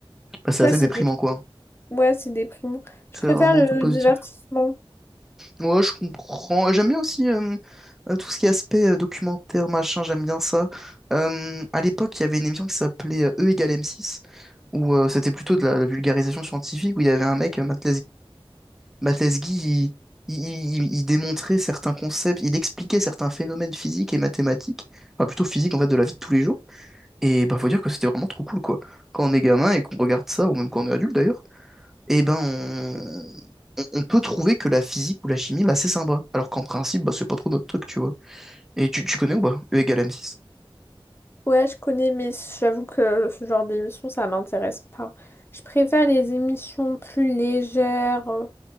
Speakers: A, in the centre; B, on the left.
A: Bah, c'est
B: Ça,
A: assez
B: c'est
A: déprimant
B: des
A: quoi.
B: Ouais, c'est déprimant. Je
A: C'est
B: préfère
A: rarement
B: le
A: tout positif.
B: divertissement.
A: Ouais, je comprends. J'aime bien aussi euh, euh, tout ce qui est aspect euh, documentaire, machin, j'aime bien ça. Euh, à l'époque, il y avait une émission qui s'appelait euh, E égale m six où euh, c'était plutôt de la, la vulgarisation scientifique, où il y avait un mec, euh, Matt Matesguy, il, il- il- il démontrait certains concepts, il expliquait certains phénomènes physiques et mathématiques, enfin plutôt physiques en fait de la vie de tous les jours. Et bah faut dire que c'était vraiment trop cool quoi. Quand on est gamin et qu'on regarde ça, ou même quand on est adulte d'ailleurs, et ben on, on- on peut trouver que la physique ou la chimie, bah c'est sympa. Alors qu'en principe, bah c'est pas trop notre truc, tu vois. Et tu, tu connais ou pas? E égale m six.
B: Ouais, je connais, mais j'avoue que ce genre d'émission, ça m'intéresse pas. Je préfère les émissions plus légères, euh,